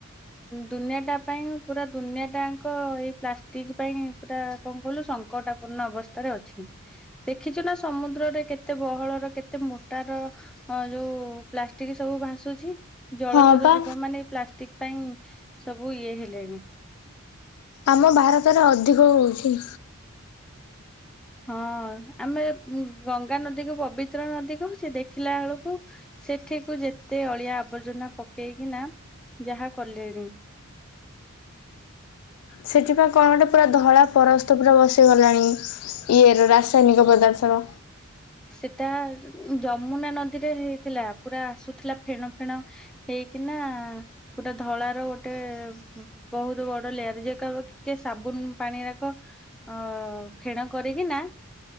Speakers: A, in the centre; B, on the left.
A: ଦୁନିଆ ଟା ପାଇଁ ପୁରା ଦୁନିଆଟାଙ୍କ ଏଇ ପ୍ଲାଷ୍ଟିକ ପାଇଁ ପୁରା କଣ କହିଲୁ ସଙ୍କଟପୂନ୍ଣ ଅବସ୍ଥାରେ ଅଛି ଦେଖିଛୁ ନା ସମୁଦ୍ରରେ କେତେ ବହଳର କେତେ ମୋଟାର ଯୋଉ। ପ୍ଲାଷ୍ଟିକ ସବୁ ଭାସୁଛି। ଜଳଚର
B: ହଁ ବା
A: ଯୀବ ମାନେଇ ଏଇ ପ୍ଲାଷ୍ଟିକ। ପାଇଁ ସବୁ ଇଏ ହେଲେଣି।
B: ଆମ ଭାରତରେ ଅଧିକ ହଉ ଛି।
A: ହଁ ଆମେ ଗଙ୍ଗା ନଦୀକୁ ପବିତ୍ର ନଦୀକୁ କହୁଛେ ଦେଖିଲା ବେଳକୁ ସେଠିକୁ ଯେତେ ଅଳିଆ ଆବର୍ଜନା ପକେଇକିନା ଯାହା କଲେଣି।
B: ସେଥିପାଇଁ କଣ ଗୋଟେ ପୁରା ଧଳା ପରସ୍ତ ପୁରା ବସିଗଲାଣି। ଇଏର ରାସାୟନିକ ପଦାର୍ଥର।
A: ସେଟା ଯମୁନା ନଦୀରେ ହେଇଥିଲା ପୁରା ଆସୁଥିଲା ଫେଣ ଫେଣ ହେଇକିନା ପୁରା ଧଳାର ଗୋଟେ ବହୁତ ବଡ ଲେୟାର ଯକିକେ ସାବୁନ ପାଣି ଯାକ ଅ ଫେଣ କରିକିନା